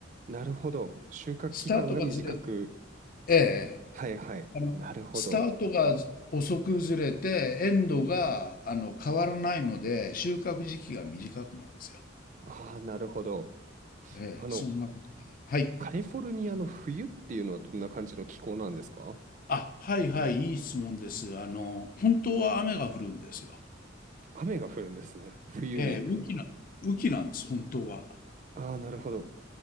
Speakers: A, on the right; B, on the left.
A: なるほど。収穫期間が短く。
B: スタートがずれ、ええ、
A: はいはい。
B: あの、
A: なるほど。
B: スタートが遅くずれて、エンドが、あの、変わらないので、収穫時期が短くなるんですよ。
A: ああ、なるほど。
B: ええ、
A: あの、
B: そんなこと。はい。
A: カリフォルニアの冬っていうのはどんな感じの気候なんですか
B: あ、はいはい、いい質問です。あの、本当は雨が降るんですよ。
A: 雨が降るんですね。冬に。
B: ええ、雨季な、雨季なんです、本当は。
A: ああ、なるほど。